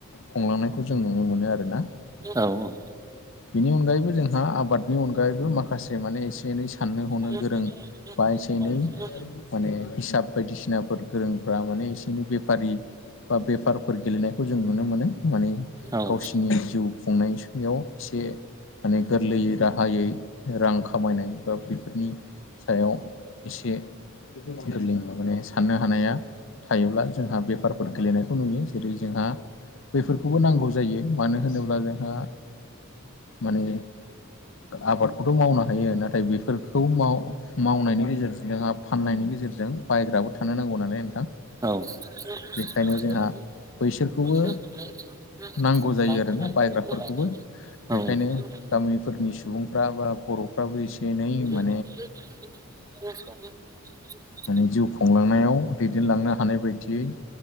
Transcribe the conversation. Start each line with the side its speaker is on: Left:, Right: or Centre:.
Left: खुंलांनायखौ जों नुनो मोनो आरो ना
Right: औ औ
Left: बेनि अनगायैबो जोंहा आबादनि अनगायैबो माखासे माने एसे एनै साननो
Right: <inaudible>
Left: हनो गोरों बा एसे एनै माने हिसाब बायदिसिनाफोर गोरोंफ्रा माने एसे एनै बेफारि बा बेफारफोर गेलेनायखौ जों नुनो मोनो माने
Right: औ
Left: गावसिनि जिउ खुंनायाव एसे माने गोरलैयै राहायै रां खामायनाय बा बेफोरनि सायाव एसे गोरलै माने साननो हानाया थायोब्ला जोंहा बेफारफोर गेलेनायखौ नुयो जेरै जोंहा बेैफोरखौबो नांगौ जायो मानो होनोब्ला जोंहा माने आबादखौथ' मावनो हायो नाथाय बेफोर खौ माव मावनायनि गेजेरजों जोंहा फाननायनि गेजेरजों बायग्राबो थानो नांगौ नालाय नोंथां
Right: औ
Left: बेखायनो
Right: नांगौ
Left: जोंहा बैसोरखौबो
Right: जायो
Left: नांगौ
Right: आरो
Left: जायो आरोना बायग्राफोरखौबो
Right: औ
Left: बेखायनो गामिफोरनि सुबुंफ्रा बा बर'फ्राबो एसे एनै मा
Right: <inaudible>
Left: माने जिउ खुंलांनायाव दैदेनलांनो हानाय बायदियै